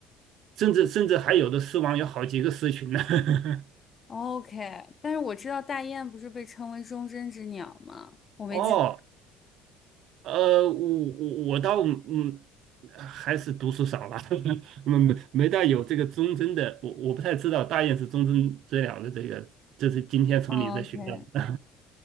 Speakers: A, on the right; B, on the left.
A: 甚至甚至还有的狮王有好几个狮群呢。<laughs>
B: ，OK，但是我知道大雁不是被称为忠贞之鸟吗？我没记
A: 哦，呃，我我我倒嗯，还是读书少吧，<laughs> 没没没大有这个忠贞的，我我不太知道大雁是忠贞最了的这个，这是今天从你这学到的。
B: ，OK，